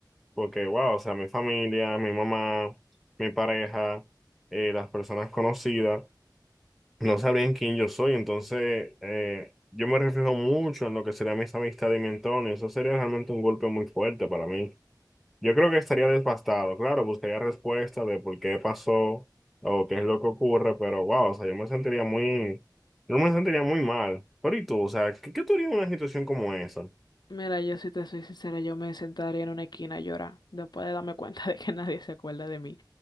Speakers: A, in the centre; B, on the left (about 65°).
A: porque, wow, o sea, mi familia, mi mamá, mi pareja, eh, las personas conocidas, no sabrían quién yo soy, entonces eh, yo me reflejo mucho en lo que serían mis amistades y mi entorno, y eso sería realmente un golpe muy fuerte para mí. Yo creo que estaría desbastado, claro, buscaría respuestas de por qué pasó o qué es lo que ocurre, pero wow, o sea, yo me sentiría muy, yo me sentiría muy mal. Pero ¿y tú? O sea, ¿qué, qué tú harías en una situación como esa?
B: Mira, yo si te soy sincera, yo me sentaría en una esquina a llorar después de darme cuenta <laughs> de que nadie se acuerda de mí.